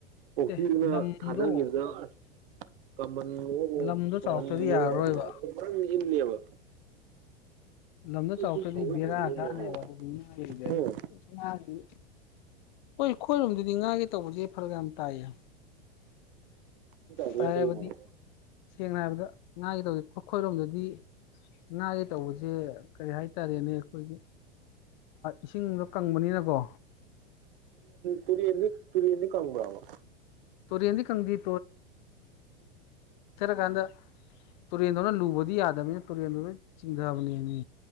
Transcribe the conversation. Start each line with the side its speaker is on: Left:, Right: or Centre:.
Right: ꯄꯣꯛꯊꯤꯗꯨꯅ
Left: ꯑꯦ ꯂꯝꯗꯣ
Right: ꯊꯥꯗꯈꯤꯕꯗ ꯑ ꯀꯍꯟꯣ
Left: ꯂꯝꯗꯣ
Right: ꯇꯣꯡꯍꯟꯕꯤꯌꯣꯇꯪ
Left: ꯆꯥꯎꯔꯛꯇ꯭ꯔꯗꯤ ꯌꯥꯔꯔꯣꯏꯕ
Right: ꯏꯟꯅꯦꯕ
Left: ꯂꯝꯗ
Right: ꯄꯤꯠ
Left: ꯆꯥꯎꯔꯛꯇ꯭ꯔꯗꯤ
Right: ꯄꯤꯠ ꯁꯧꯒꯩ
Left: ꯕꯦꯔꯥ
Right: ꯊꯝꯕꯗꯨꯅꯅꯦ
Left: ꯈꯅꯦꯕ ꯑꯗꯨ ꯑꯗꯣꯁꯤ
Right: ꯍꯨꯝ
Left: ꯍꯣꯏ ꯑꯩꯈꯣꯏꯔꯣꯝꯗꯗꯤ ꯉꯥꯒꯤꯦ ꯇꯧꯕꯁꯦ ꯐꯔꯒ ꯌꯥꯝ ꯇꯥꯏꯌꯦ
Right: ꯁꯤ ꯇꯥꯎ
Left: ꯇꯥꯏ
Right: ꯀꯩ
Left: ꯍꯥꯏꯕꯗꯤ
Right: ꯃꯥꯉ
Left: ꯁꯦꯡꯅ ꯍꯥꯏꯔꯕꯗ ꯉꯥꯒꯗꯧꯗꯤꯦ ꯈꯨꯈꯣꯏꯔꯣꯝꯗꯗꯤ ꯉꯥꯒꯤ ꯇꯧꯕꯁꯦ ꯀꯔꯤ ꯍꯥꯏꯇꯥꯔꯦꯅꯦ ꯑꯩꯈꯣꯏꯒꯤ ꯏꯁꯤꯡꯗꯣ ꯀꯪꯕꯅꯤꯅꯀꯣ
Right: ꯇꯨꯔꯤꯟ ꯇꯨꯔꯤꯌꯦꯟ ꯀꯪꯔꯣ
Left: ꯇꯨꯔꯦꯟꯗꯤ ꯀꯪꯗꯦ ꯍꯥꯏ ꯀꯥꯟꯗ ꯇꯨꯔꯦꯟꯗꯧꯅ ꯂꯨꯕꯗꯤ ꯌꯥꯗꯕꯅꯤꯅ ꯇꯨꯔꯦꯟꯗꯨꯅ ꯆꯤꯡꯊꯕꯅꯦꯅꯦ